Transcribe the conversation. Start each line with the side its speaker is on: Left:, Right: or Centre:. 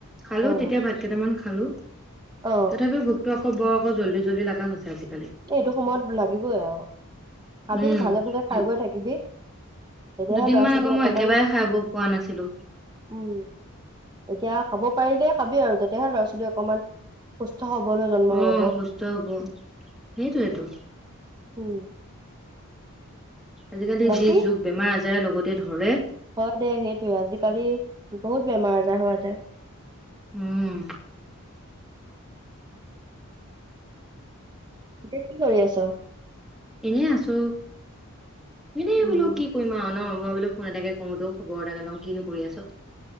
Centre: খালো
Right: অ
Centre: তেতিয়া ভাত কেইটামান খালো।
Right: অ
Centre: তথাপিও ভোকটো আকৌ বৰ আকৌ জল্দি জল্দি লগা হৈছে আজি।
Right: এইটো সময়ত লাগিবই আৰু খাবি
Centre: উম,
Right: ভালে ভোজে খাই
Centre: দু
Right: বৈ থাকিবি। তেতিয়াহে
Centre: দুদিনমান
Right: ল'ৰা ছোৱালী
Centre: আকৌ মই
Right: অকমান
Centre: একেবাৰে খাই বৈ পোৱা নাছিলো।
Right: উম, এতিয়া খাব পাৰিলে খাবি আৰু তেতিয়াহে ল'ৰা-ছোৱালী অকমান সুস্থ সবল হৈ জন্ম
Centre: অ',
Right: লব।
Centre: সুস্থ হ'ব সেইটোয়েটো।
Right: অ।
Centre: আজিকালি
Right: বাকী
Centre: যি যুগ বেমাৰ আজাৰে লগতে ধৰে।
Right: হয় দে সেইটোয়ে, আজিকালি বহুত বেমাৰ আজাৰ হোৱা যায়।
Centre: উম।
Right: এতিয়া কি কৰি আছ?
Centre: এনেই আছো। এনেই
Right: উম,
Centre: বোলো কি কৰিমা ন মই বোলো ফোন এটাকে কৰোঁচোন, খবৰ এটাকে লওঁ কিনো কৰি আছ।